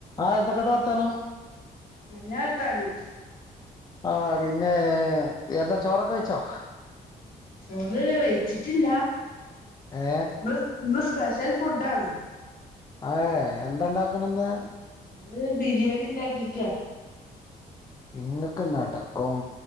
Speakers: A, on the left; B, on the left.
A: ആ എന്തൊക്കെണ്ട്‌ വർത്താനം
B: നല്ല വർത്താനം
A: ആഹ് പിന്നേ എന്താ ചോറൊക്കെ വെയ്ച്ചോ?
B: ചോറ് വെയ്ച്ചിട്ടില്ല
A: ഏഹ്
B: ഇന്ന് ഇന്ന് സ്പെഷ്യൽ ഫുഡാണ്
A: അഹേ എന്തണ്ടാക്കണന്ന്?
B: ഇന്ന് ബിരിയാണി ഇണ്ടാക്കിക്കാ
A: ഇങ്ങക്ക് നടക്കും